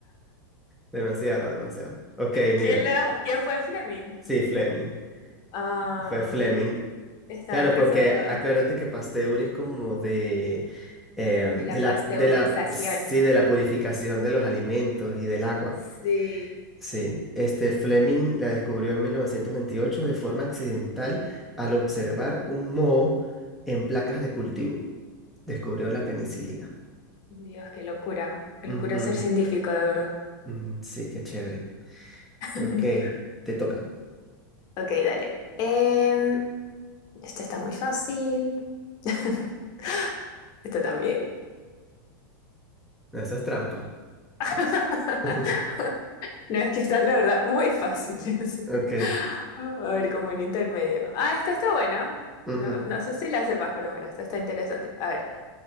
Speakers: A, in the centre; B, on the left.
A: demasiado, demasiado. Ok, mira,
B: ¿Quién, la, quién fue Fleming?
A: sí, Fleming.
B: Ah,
A: Fue Fleming.
B: estaba
A: Claro,
B: entre
A: porque
B: esos dos.
A: acuérdate que Pasteur es como de, eh,
B: De la
A: de la,
B: pasteurización.
A: de la, sí, de la purificación de los alimentos y del agua.
B: Sí.
A: Sí, este Fleming la descubrió en 1928 de forma accidental al observar un moho en placas de cultivo. Descubrió la penicilina.
B: Dios, qué locura. Qué
A: Ujú.
B: locura ser científico, de verdad.
A: Mm, sí, qué chévere.
B: <laughs>
A: Ok, te tocan.
B: Ok, dale. Em, Esta está muy fácil. <laughs> Esta también.
A: No, eso es trampa.
B: <laughs>
A: <laughs>
B: No, es que están, la verdad, muy fáciles.
A: Ok.
B: <laughs> A ver, como un intermedio. Ah, esta está buena.
A: ujú.
B: No, no sé si la sepas, pero bueno, esta está interesante. A ver,